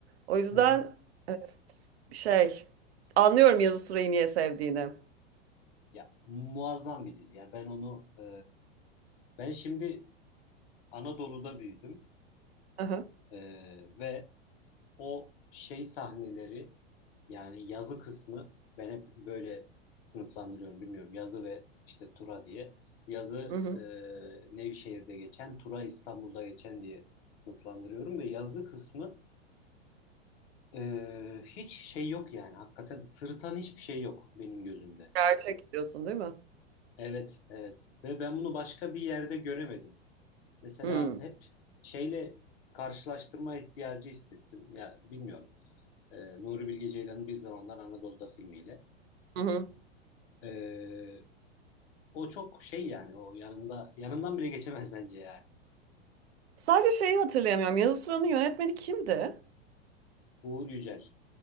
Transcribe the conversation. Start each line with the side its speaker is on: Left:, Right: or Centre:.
Right: O yüzden
Left: Hı hı.
Right: evet, şey anlıyorum yazı süreyi niye sevdiğini.
Left: Ya muazzam bir dizi. Ya ben onu e, ben şimdi Anadolu'da büyüdüm
Right: Hı
Left: E, ve o şey sahneleri Yani yazı kısmı ben hep böyle sınıflandırıyorum bilmiyorum. Yazı ve işte Tura diye. Yazı
Right: Hı hı.
Left: e, Nevşehir'de geçen, Tura İstanbul'da geçen diye sınıflandırıyorum ve yazı kısmı e, hiç şey yok yani. Hakikaten sırıtan hiçbir şey yok benim gözümde.
Right: Gerçek diyorsun değil mi?
Left: Evet, evet. Ve ben bunu başka bir yerde göremedim. Mesela
Right: Hmm,
Left: hep şeyle karşılaştırma ihtiyacı hissettim. Ya bilmiyorum. E, Nuri Bilge Ceylan'ın Bir Zamanlar Anadolu'da filmiyle.
Right: Hı hı.
Left: Ee, O çok şey yani o yanında yanından bile geçemez bence yani.
Right: Sadece şeyi hatırlayamıyorum. Yazı Tura'nın yönetmeni kimdi?
Left: Uğur Yücel.